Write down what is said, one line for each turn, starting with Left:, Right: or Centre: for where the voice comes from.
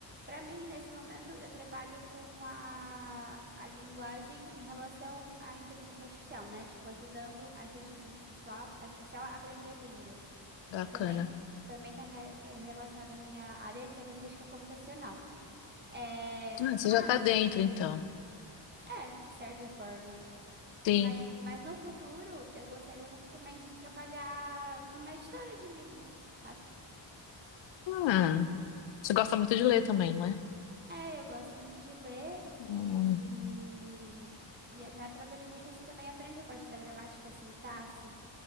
Right: Para mim, nesse momento, eu trabalho com a, a linguagem em relação à inteligência artificial, né? Tipo, ajudando a inteligência artificial, artificial a aprender línguas.
Left: Bacana.
Right: Também também está relacionado à minha área, que é linguística computacional. É,
Left: Ah, você já
Right: mas,
Left: tá dentro, então.
Right: é, de certa forma.
Left: Sim.
Right: Mas, mas no futuro, eu gostaria muito também de trabalhar numa editora de livros, sabe?
Left: Ah, você gosta muito de ler também, não é?
Right: É, eu gosto muito de ler
Left: Hum.
Right: e, e é- na própria linguística você também aprende a parte da gramática, sintaxe.